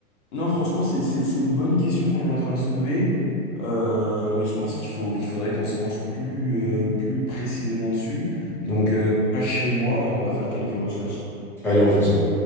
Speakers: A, on the left (about 50°); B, in the centre.
A: non, franchement, c'est, c'est, c'est une bonne question qu'on est en train de soulever. Euh, mais je pense qu'il faut, qu'il faudrait qu'on se penche plus, euh, plus précisément dessus. Donc,
B: Mm.
A: euh, passe chez moi et on va faire quelques recherches.
B: Allez, on fait ça.